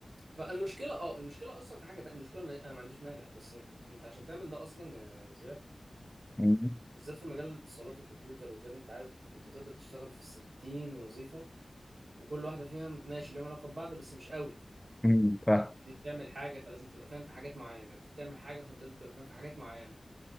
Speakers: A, on the right; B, in the centre.
A: فالمشكله اه المشكله اصلا في حاجه تانية المشكله ما- انا ما عنديش مانع بس انت عشان تعمل ده اصلا يا زياد
B: مم.
A: بالذات في مجال الاتصالات وكمبيوتر وكده انت عارف انت تقدر تشتغل في 60 وظيفة وكل واحدة فيها ماشي ليهم علاقة ببعض بس مش قوي
B: مم. فاهم.
A: دي بتعمل حاجة فلازم تبقى فاهم في حاجات معينة دي بتعمل حاجة فانت لازم تبقى فاهم في حاجات معينة